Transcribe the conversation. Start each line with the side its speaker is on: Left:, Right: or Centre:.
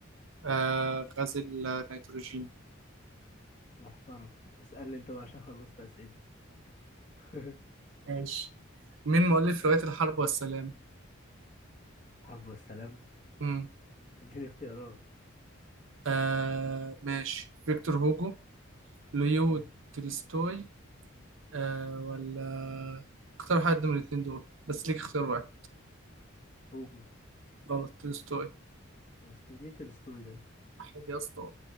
Right: آه غزل نيتروجين
Left: محترم اسألني انت بقى عشان خلصت اسئلة <laughs>
Right: ماشي مين مؤلف رواية الحرب والسلام؟
Left: حرب والسلام
Right: مم.
Left: اديني اختيارات
Right: آه ماشي فيكتور هوجو ليو
Left: مم.
Right: تولستوي آه ولا اختار حد من الاتنين دول بس ليك اختيار واحد
Left: هوجو
Right: غلط تولستوي
Left: الستو- مين الستوري ده؟
Right: حاجة يا اسطى